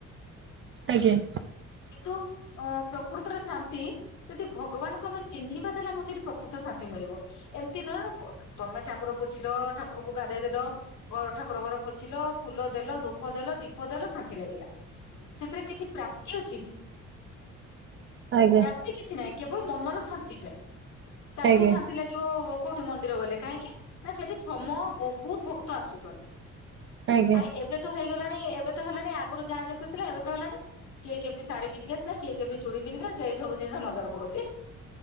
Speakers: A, on the right; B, on the left.
A: <inaudible> ଆଜ୍ଞା।
B: କିନ୍ତୁ ଅ ପ୍ରକୃତର ଶାନ୍ତି ଯଦି ଭଗବାନଙ୍କୁ ଆମେ ଚିହ୍ନିବା ତାହେଲେ ମୁଁ ସେଠି ପ୍ରକୃତ ଶାନ୍ତି ମିଳିବ ଏମିତି ନା ତମେ ଠାକୁର ବୁଝିଲ ଠାକୁରଙ୍କୁ ଗାଧେଇ ଦେଲ ଘର ଠାକୁର ଘର ପୋଛିଲ ଫୁଲ ଦେଲ ଧୂପ ଦେଲ ଦୀପ ଦେଲ ଶାନ୍ତି ଲାଗିଲା ସେଥିରେ କିଛି ପ୍ରା ତି ଅଛି କି?
A: ଆଜ୍ଞା
B: ପ୍ରାପ୍ତି କିଛି ନାହିଁ କେବଳ ମନର ଶାନ୍ତି ପାଇଁ ତାଠୁ
A: ଆଜ୍ଞା
B: ଶାନ୍ତି ଲାଗିବ କୋଉଠି ମନ୍ଦିର ଗଲେ କାହିଁକି ନା ସେଠି ସମ ବହୁତ ଭକ୍ତ ଆସୁଛନ୍ତି।
A: ଆଜ୍ଞା
B: ଆ ଏବେ ତ ହେଇଗଲାଣି ଏବେ ତ ହେଲାଣି ଆଗରୁ ଯାହା ଯେନ୍ତୁ ଥିଲା ଏବେ ତ ହେଲାଣି କିଏ କେମିତି ଶାଢୀ ପନ୍ଧିକି ଆସିଲା କିଏ କେମିତି ଚୁଡ଼ି ପନ୍ଧିକି ଆସିଲା ସେ ସବୁ ଜିନଷ ନଜର ପଡୁଛି।